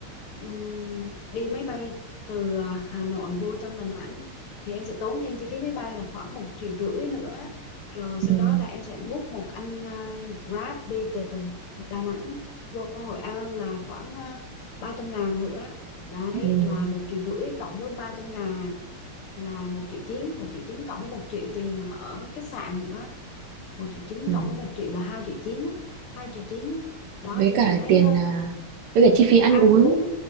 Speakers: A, on the left; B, on the right.
A: ừm, đi máy bay từ ờ, Hà Nội vô trong Đà Nẵng thì em sẽ tốn thêm chi phí máy bay là khoảng một triệu rưỡi nữa rồi
B: ừ,
A: sau đó là em sẽ book một anh ờ, Grab đi từ Đà Nẵng vô Hội An là khoảng ờ, ba trăm ngàn nữa đấy
B: ừ,
A: là một triệu rưỡi cộng với ba trăm ngàn là một triệu chín một triệu chín cộng với một triệu tiền ở khách sạn nữa một triệu chín
B: ừ.
A: cộng với một triệu là hai triệu chín hai triệu chín đó
B: với
A: thì
B: cả
A: chị thấy
B: tiền
A: ờ,
B: à, với cả chi phí
A: tiền
B: ăn
A: ăn
B: uống
A: uống